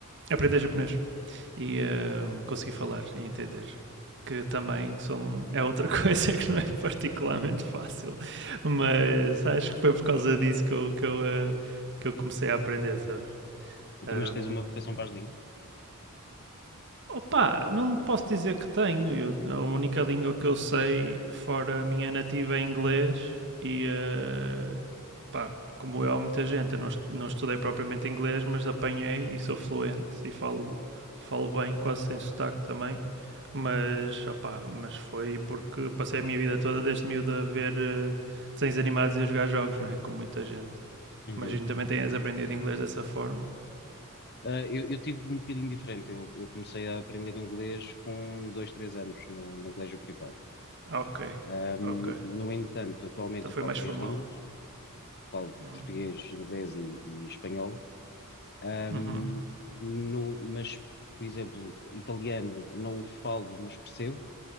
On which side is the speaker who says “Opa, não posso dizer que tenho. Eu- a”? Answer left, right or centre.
Right